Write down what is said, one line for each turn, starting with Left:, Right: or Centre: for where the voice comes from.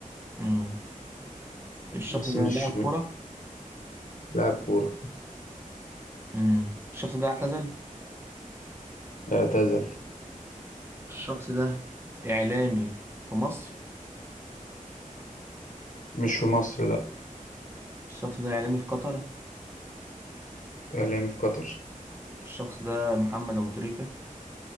Right: مم. الشخص
Left: بس
Right: ده
Left: مش
Right: لاعب
Left: مش
Right: كرة
Left: لاعب كورة
Right: مم. الشخص ده اعتزل
Left: اعتزل
Right: الشخص ده إعلامي في مصر
Left: مش في مصر لا
Right: الشخص ده إعلامي في قطر
Left: إعلامي في قطر
Right: الشخص ده محمد أبو تريكة